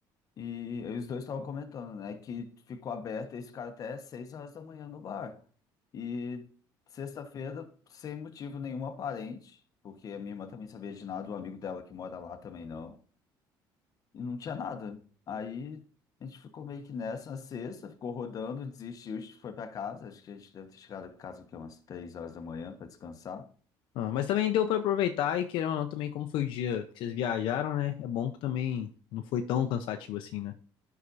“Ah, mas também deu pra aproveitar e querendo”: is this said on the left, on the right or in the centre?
Left